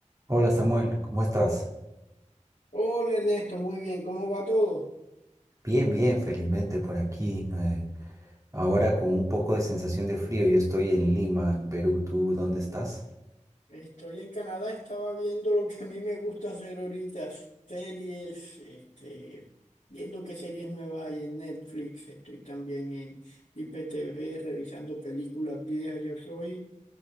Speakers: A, on the right; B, on the left.
A: Hola Samuel, ¿cómo estás?
B: Hola Ernesto, muy bien, ¿cómo va todo?
A: Bien, bien, felizmente por aquí. eh, ahora con un poco de sensación de frío, yo estoy en Lima, en Perú. ¿Tú dónde estás?
B: Estoy en Canadá, estaba viendo lo que a mí me gusta hacer ahorita, series, este, viendo qué series nuevas hay en Netflix, estoy también en IPTV revisando películas viejas, yo soy